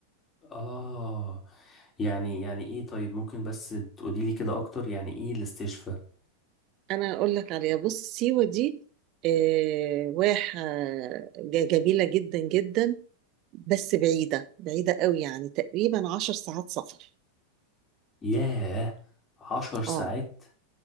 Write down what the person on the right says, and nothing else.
انا اقول لك عليها بص سيوه دي آه، واحه ج- جميله جدا جدا بس بعيده بعيده قوي يعني تقريبا عشر ساعات سفر
اه